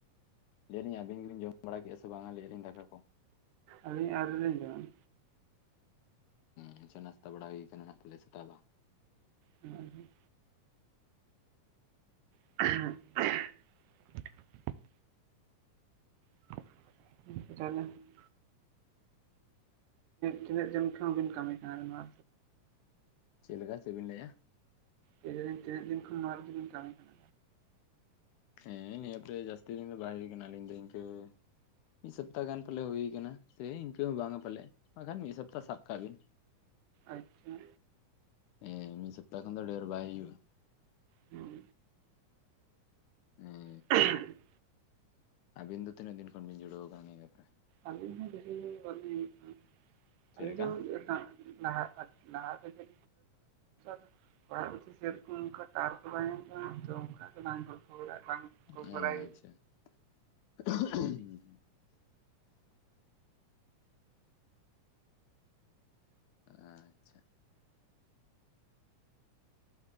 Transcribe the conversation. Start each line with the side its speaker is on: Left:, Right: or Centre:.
Left: ᱞᱟᱹᱭ ᱫᱤᱧ ᱟᱵᱤᱱ ᱜᱮᱵᱤᱱ ᱡᱚᱢ ᱵᱟᱲᱟ ᱠᱮᱜᱼᱟ ᱥᱮ ᱵᱟᱝ ᱞᱟᱹᱭ ᱫᱟᱹᱧ ᱫᱟᱠᱟ ᱠᱚ
Right: ᱟᱹᱞᱤᱧ ᱟᱹᱣᱨᱤ ᱞᱤᱧ ᱡᱚᱢᱟ
Left: ᱦᱮᱸ ᱪᱟ ᱱᱟᱥᱛᱟ ᱵᱟᱲᱟ ᱦᱩᱭ ᱠᱟᱱᱟ ᱯᱟᱞᱮ ᱥᱮᱛᱟᱜ ᱫᱚ
Right: ᱦᱮᱸ <unintelligible> <inaudible> ᱛᱤᱱᱟᱹᱜ ᱫᱤᱱ ᱠᱷᱚᱱ ᱵᱤᱱ ᱠᱟᱹᱢᱤ ᱠᱟᱱᱟ ᱱᱚᱣᱟ
Left: ᱪᱮᱫ ᱞᱮᱠᱟ ᱪᱮᱫᱵᱤᱱ ᱞᱟᱹᱭᱮᱜᱼᱟ
Right: ᱞᱟᱹᱭ ᱫᱟᱹᱞᱤᱧ ᱛᱤᱱᱟᱹᱜ ᱫᱤᱱ ᱠᱷᱚᱱ ᱱᱚᱣᱟ ᱨᱮ ᱫᱚ ᱵᱤᱱ ᱠᱟᱹᱢᱤ ᱠᱟᱱᱟ
Left: ᱦᱮᱸ ᱱᱤᱭᱟᱹ ᱮᱯᱨᱮ ᱡᱟᱹᱥᱛᱤ ᱫᱤᱱ ᱫᱚ ᱵᱟᱭ ᱦᱩᱭ ᱠᱟᱱᱟ ᱟᱹᱞᱤᱧ ᱫᱚ ᱤᱱᱠᱟᱹ ᱢᱤᱫ ᱥᱚᱯᱛᱟᱦ ᱜᱟᱱ ᱯᱟᱞᱮ ᱦᱩᱭ ᱟᱠᱟᱱᱟ ᱥᱮ ᱤᱱᱠᱟᱹ ᱦᱚᱸ ᱵᱟᱝᱟ ᱯᱟᱞᱮ ᱵᱟᱠᱷᱟᱱ ᱢᱤᱫ ᱥᱚᱯᱛᱟᱦ ᱥᱟᱵ ᱠᱟᱜ ᱵᱤᱱ᱾
Right: ᱟᱪᱪᱷᱟ
Left: ᱦᱮᱸ ᱢᱤᱫ ᱥᱚᱯᱛᱟᱦ ᱠᱷᱚᱱ ᱫᱚ ᱰᱷᱮᱨ ᱵᱟᱭ ᱦᱩᱭᱩᱜᱼᱟ᱾
Right: ᱦᱮᱸ
Left: ᱦᱮᱸ
Right: <unintelligible>
Left: ᱟᱹᱵᱤᱱ ᱫᱚ ᱛᱤᱱᱟᱹᱜ ᱫᱤᱱ ᱠᱷᱚᱱ ᱵᱤᱱ ᱡᱩᱲᱟᱹᱣ ᱟᱠᱟᱱᱟ ᱱᱤᱭᱟᱹ ᱮᱯᱨᱮ
Right: ᱟᱹᱞᱤᱧ ᱦᱚᱸ ᱵᱮᱥᱤ ᱵᱟᱞᱤᱧ ᱦᱩᱭᱩᱜ ᱠᱟᱱᱟ ᱟᱞᱮ
Left: ᱪᱮᱫ ᱞᱮᱠᱟ
Right: ᱫᱚ <inaudible> ᱞᱟᱦᱟ ᱛᱮ ᱜᱮ <inaudible> ᱚᱲᱟᱜ ᱨᱮ ᱫᱚ ᱥᱮᱨᱚᱠᱚᱢ ᱚᱱᱠᱟ ᱴᱟᱣᱟᱨ ᱠᱚ ᱵᱟᱭ ᱧᱟᱢ ᱛᱚ ᱚᱱᱠᱟ ᱫᱚ ᱵᱟᱝ ᱜᱚᱞᱯᱷᱚ ᱵᱟᱲᱟ‌ ᱵᱟᱝ
Left: ᱟᱪᱪᱷᱟ
Right: ᱠᱚᱞ ᱵᱟᱲᱟᱭ
Left: ᱟᱪᱪᱷᱟ